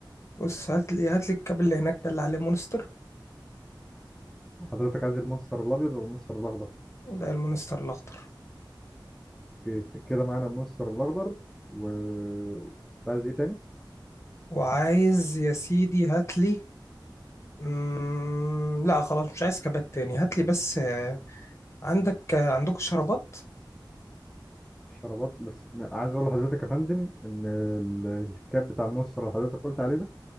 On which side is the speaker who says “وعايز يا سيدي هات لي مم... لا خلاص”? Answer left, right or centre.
Left